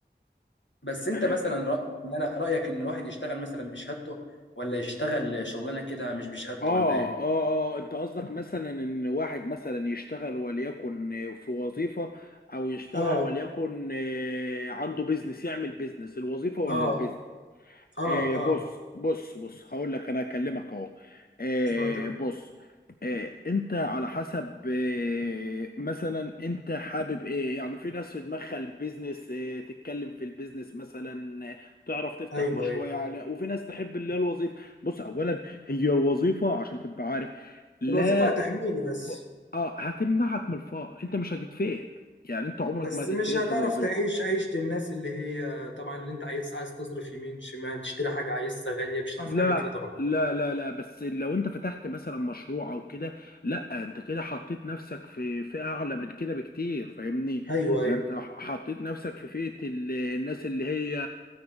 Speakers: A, on the left; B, on the left.
A: بس انت
B: آه
A: مثلا
B: ف...
A: رأيك ان انا رأيك ان الواحد يشتغل مثلا بشهادته ولا يشتغل شغلانة كده مش بشهادته
B: اه
A: ولا ايه
B: اه اه انت قصدك مثلا ان واحد مثلا يشتغل وليكن في وظيفه او يشتغل
A: اه
B: وليكن آه، عنده بيزنس يعمل بيزنس الوظيفه ولا
A: اه
B: البيزنس
A: اه
B: آه
A: اه
B: بص بص بص هقول لك انا هكلمك اهو آه
A: اتفضل
B: بص آه انت على حسب آه مثلا انت حابب ايه يعني في ناس في دماغها البيزنس آه تتكلم في البيزنس مثلا آه، تعرف تفتح
A: ايوه
B: مشروع
A: ايوه
B: يعني وفي ناس تحب اللي هي الوظيفه بص اولا هي الوظيفه عشان تبقى عارف لا
A: الوظيفه هتحميني بس
B: ب- اه هتمنعك من الفقر انت مش هتتفقر يعني انت عمرك
A: بس
B: ما هتتفقر
A: مش هتعرف
B: في الوظيفه
A: تعيش عيشه الناس اللي هي طبعا اللي انت عايز عايز تصرف يمين شمال تشتري حاجه عايزها غاليه مش هتعرف
B: لا
A: تعمل كده طبعا
B: لا لا لا بس لو انت فتحت مثلا مشروع او كده لا انت كده حطيت نفسك في فئة اعلى من كده بكتير فاهمني
A: ايوه ايوه
B: انت حطيت نفسك في فئة ال- الناس اللي هي